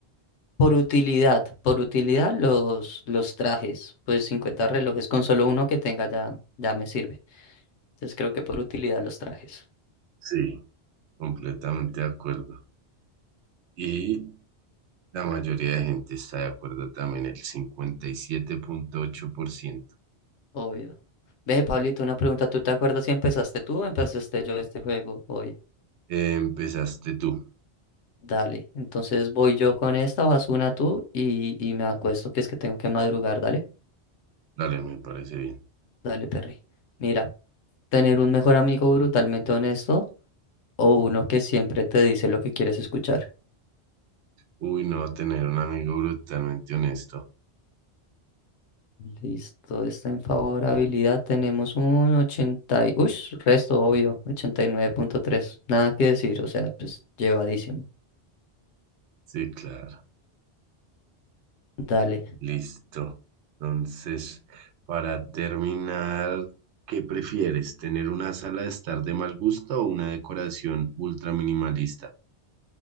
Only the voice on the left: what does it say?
Por utilidad, por utilidad los, los trajes, pues 50 relojes, con solo uno que tenga ya, ya me sirve. Entonces creo que por utilidad los trajes,
obvio. Ve, Pablito, una pregunta, ¿tú te acuerdas si empezaste tú o empezaste yo este juego hoy?
Dale, entonces voy yo con esta, vas una tú y, y me acuesto, que es que tengo que madrugar, dale,
dale, Perry. Mira. ¿Tener un mejor amigo brutalmente honesto o uno que siempre te dice lo que quieres escuchar?
Listo, está en favorabilidad. Tenemos un 80 y... Uy, resto obvio, ochenta y nueve punto tres Nada que decir, o sea, pues llevadísimo.
Dale.